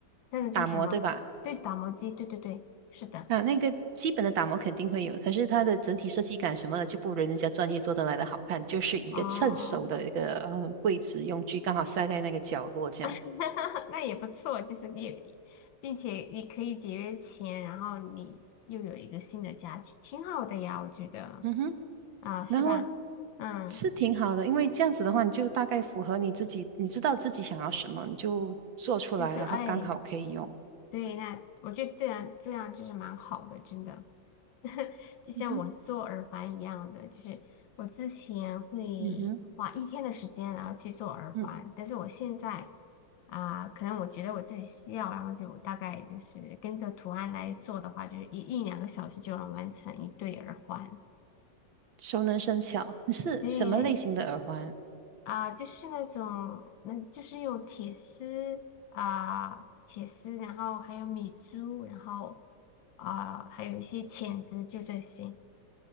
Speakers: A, on the left; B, on the right.
A: 那个叫什么？
B: 打磨，对吧？
A: 对，打磨机，对对对，是的，
B: 啊，那个基本的打磨肯定会有，可是它的整体设计感什么的就不如人家专业做得来的好看，就是一个趁手的一个嗯柜子用具，
A: 哦，
B: 刚好塞在那个角落这样。
A: <laughs> 那也不错，就是也，并且也可以节约钱，然后你又有一个新的家具，挺好的呀，我觉得
B: 嗯哼，
A: 啊，是吧？
B: 然后
A: 嗯，
B: 是挺好的，因为这样子的话，你就大概符合你自己，你知道自己想要什么，你就做出来，
A: 就是哎，
B: 然后刚好可以用。
A: 对，那我觉得这样这样就是蛮好的，真的。<laughs> 就像我做耳环一样的，
B: 嗯哼，
A: 就是我之前会花一天的时间，
B: 嗯哼。
A: 然后去做耳环，
B: 嗯。
A: 但是我现在啊、可能我觉得我自己需要，然后就大概就是跟着图案来做的话，就是一一两个小时就能完成一对耳环。
B: 熟能生巧。你是什么类型的耳环？
A: 对啊、就是那种，那就是用铁丝啊、铁丝，然后还有米珠，然后啊、还有一些钳子，就这些。